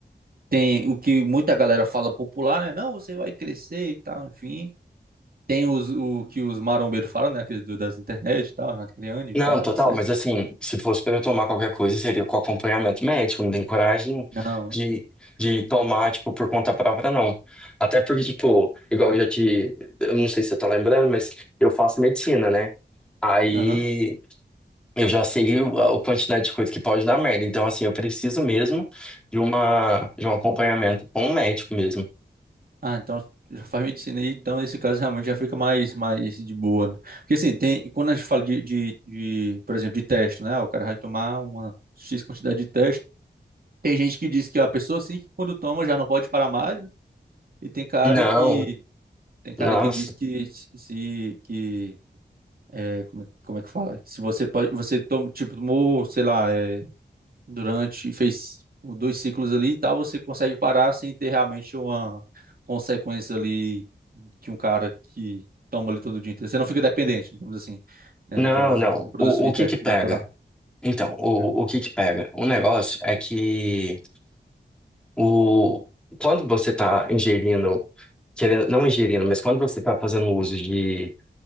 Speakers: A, on the right; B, in the centre.
A: tem o que muita galera fala popular, né? Não, você vai crescer e tal, enfim. Tem os, o que os marombeiros falam, né? Aquele do- das internet e tal, Renato Criani e
B: Não,
A: tal,
B: total,
A: etc.
B: mas assim, se fosse para eu tomar qualquer coisa, seria com acompanhamento médico, não tem coragem
A: Não.
B: de, de tomar, tipo, por conta própria, não. Até porque, tipo, igual eu já te. Eu não sei se você tá lembrando, mas eu faço medicina, né? Aí
A: aham.
B: eu já sei o- a quantidade de coisa que pode dar merda. Então, assim, eu preciso mesmo de uma, de um acompanhamento com um médico mesmo.
A: Ah, então já faz medicina aí, então nesse caso realmente já fica mais, mais de boa, né? Porque assim, tem, quando a gente fala de, de, de, por exemplo, de teste, né? Ah, O cara vai tomar uma X quantidade de teste. Tem gente que diz que a pessoa assim, que quando toma já não pode parar mais, né? e tem cara
B: Não,
A: que tem cara
B: nossa,
A: que diz que se que é, como, é- como é que fala? Que Se você pode, você toma, tipo, tomou, sei lá, é, durante, fez o- dois ciclos ali e tal, você consegue parar sem ter realmente uma consequência ali que um cara que toma ali todo dia inteiro. Você não fica dependente, digamos assim, né,
B: não,
A: do,
B: não.
A: da produção
B: O,
A: de
B: o que
A: teste
B: que pega?
A: natural.
B: Então, o,
A: né?
B: o que que pega? O negócio é que. O, quando você está ingerindo, querendo, não ingerindo, mas quando você está fazendo uso de